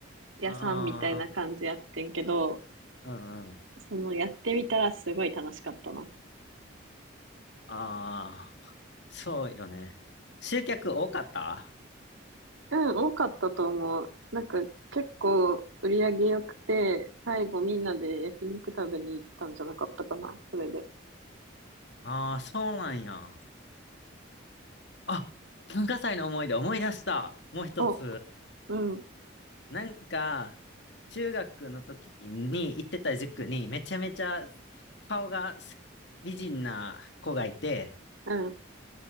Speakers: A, on the right; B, on the left.
A: 屋さんみたいな感じやってんけど、
B: ああ、うんうん。
A: その、やってみたらすごい楽しかったな。
B: ああ、そうよね。集客多かった
A: うん、多かったと思う。なんか結構売り上げ良くて、最後みんなで焼肉食べに行ったんじゃなかったかな、それで。
B: ああー、そうなんや。あ、文化祭の思い出思い出した。もう一つ。
A: お、うん、
B: なんか、中学の時に行ってた塾にめちゃめちゃ顔が美人な子がいて、
A: うん、